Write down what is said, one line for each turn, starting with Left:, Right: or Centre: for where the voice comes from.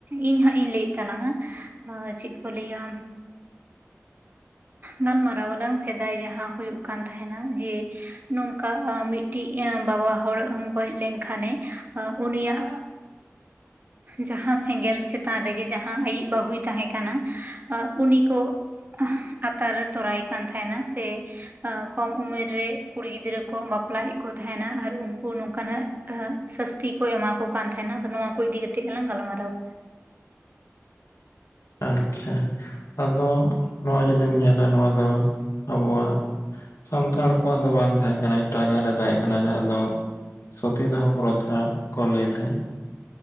Right: ᱤᱧ ᱦᱟᱸᱜ ᱤᱧ ᱞᱟᱹᱭᱮᱫ ᱛᱟᱞᱟᱝᱼᱟ᱾ ᱟᱸ ᱪᱮᱫ ᱠᱚ ᱞᱟᱹᱭᱟ᱾ ᱜᱟᱞᱢᱟᱨᱟᱣ ᱟᱞᱟᱝ ᱥᱮᱫᱟᱭ ᱡᱟᱦᱟᱸ ᱦᱩᱭᱩᱜ ᱠᱟᱱ ᱛᱟᱦᱮᱱᱟ ᱡᱮ, ᱱᱚᱝᱠᱟ ᱢᱤᱜᱴᱤᱡ ᱵᱟᱵᱟ ᱦᱚᱲ ᱜᱚᱡ ᱞᱮᱱᱠᱷᱟᱱᱮ ᱩᱱᱤᱭᱟᱜ ᱡᱟᱦᱟᱸ ᱥᱮᱸᱜᱮᱞ ᱪᱮᱛᱟᱱ ᱨᱮᱜᱮ ᱡᱟᱦᱟᱸ ᱟᱹᱭᱤᱡ ᱵᱟᱹᱦᱩᱭ ᱛᱟᱦᱮ ᱠᱟᱱᱟ ᱩᱱᱤ ᱠᱚ, ᱟᱛᱟᱨ ᱛᱚᱨᱟᱭᱮ ᱠᱟᱱ ᱛᱟᱦᱮᱱᱟ ᱥᱮ ᱠᱚᱢ ᱩᱢᱮᱨ ᱨᱮ ᱠᱩᱲᱤ ᱜᱤᱫᱽᱨᱟᱹ ᱠᱚ ᱵᱟᱯᱞᱟᱭᱮᱜ ᱠᱚ ᱛᱟᱦᱮᱱᱟ ᱟᱨ ᱩᱱᱠᱩ ᱱᱚᱝᱠᱟᱱᱟᱜ, ᱥᱟᱥᱛᱤ ᱠᱚ ᱮᱢᱟ ᱠᱚ ᱠᱟᱱ ᱛᱟᱦᱮᱱᱟ ᱟᱫᱚ ᱱᱚᱣᱟ ᱠᱚ ᱤᱫᱤ ᱠᱟᱛᱮᱜ ᱜᱮᱞᱟᱝ ᱜᱟᱞᱢᱟᱨᱟᱣᱟ᱾
Left: ᱟᱪᱪᱷᱟ ᱟᱫᱚ ᱱᱚᱣᱟ ᱡᱩᱫᱤᱢ ᱧᱮᱞᱟ ᱱᱚᱣᱟ ᱫᱚ ᱟᱵᱚᱣᱟᱜ, ᱥᱟᱱᱛᱟᱲ ᱠᱚᱣᱟᱜ ᱫᱚ ᱵᱟᱝ ᱛᱟᱦᱮᱸ ᱠᱟᱱᱟ ᱮᱴᱟᱜᱟᱜ ᱨᱮ ᱛᱟᱦᱮᱸᱜ ᱠᱟᱱᱟ ᱡᱟᱦᱟᱸ ᱫᱚ, ᱥᱚᱛᱤ ᱫᱟᱦᱚ ᱯᱨᱚᱛᱷᱟ ᱠᱚ ᱞᱟᱹᱭ ᱛᱟᱦᱮᱸᱜ᱾